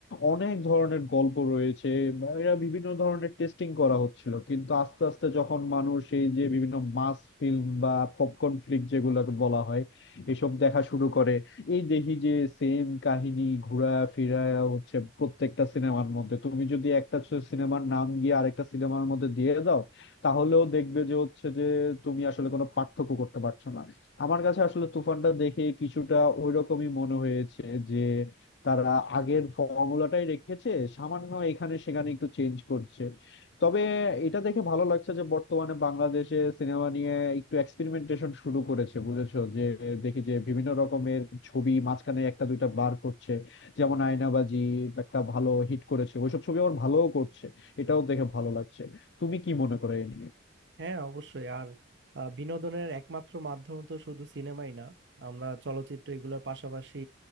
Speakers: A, on the left; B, on the right.
A: অনেক ধরনের গল্প রয়েছে বা এরা বিভিন্ন ধরনের টেস্টিং করা হচ্ছিল কিন্তু আস্তে আস্তে যখন মানুষ এই যে বিভিন্ন মাস ফিল্ম বা পপকর্ন ফ্লিক যেগুলোকে বলা হয় এসব দেখা শুরু করে এই দেখি যে সেম কাহিনী ঘুরা ফিরা হচ্ছে প্রত্যেকটা সিনেমার মধ্যে তুমি যদি একটা সিনেমার নাম গিয়ে আরেকটা সিনেমার মধ্যে দিয়ে দাও তাহলেও দেখবে যে হচ্ছে যে তুমি আসলে কোনো পার্থক্য করতে পারছো না আমার কাছে আসলে তুফানটা দেখে কিছুটা ওইরকমই মনে হয়েছে যে তারা আগের ফর্মুলাটাই রেখেছে সামান্য এখানে সেখানে একটু চেঞ্জ করছে তবে এটা দেখে ভালো লাগছে যে বর্তমানে বাংলাদেশে সিনেমা নিয়ে একটু এক্সপেরিমেন্টেশন শুরু করেছে বুঝেছো যে দেখি যে বিভিন্ন রকমের ছবি মাঝখানে একটা দুইটা বার করছে যেমন আয়নাবাজি একটা ভালো হিট করেছে ওইসব ছবি আবার ভালোও করছে এটাও দেখে ভালো লাগছে তুমি কি মনে করো এই নিয়ে
B: হ্যাঁ অবশ্যই আর আহ, বিনোদনের একমাত্র মাধ্যম তো শুধু সিনেমাই না আমরা চলচ্চিত্র এগুলোর পাশাপাশি